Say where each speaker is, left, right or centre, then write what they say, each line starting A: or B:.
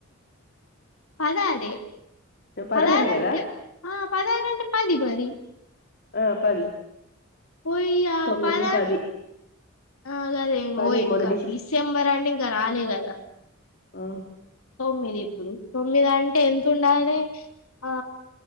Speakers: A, on the left; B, on the left.
A: పదహారే
B: పదహారే
A: పాదారంటే
B: కదా
A: ఆ పాదారంటే పది పది
B: ఆ పది
A: ఉయ్యా
B: తొమ్మిది
A: పదన్
B: పది
A: ఆ కదా
B: పది
A: ఓ ఇంకా
B: మొన్న
A: డిసెంబర్ అంటే ఇంకా రాలే కదా
B: ఉమ్
A: తొమ్మిది ఇప్పుడు తొమ్మిది అంటే ఎంత ఉండాలి ఆ